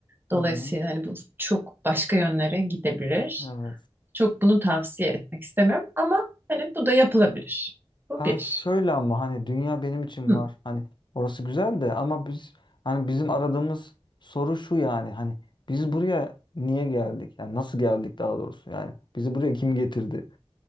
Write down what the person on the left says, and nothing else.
Hı hı.
Evet.
Aa,
şöyle ama hani dünya benim için
var. Hani orası güzel de ama biz hani bizim aradığımız soru şu yani hani biz buraya niye geldik? Yani nasıl geldik daha doğrusu? Yani bizi buraya kim getirdi?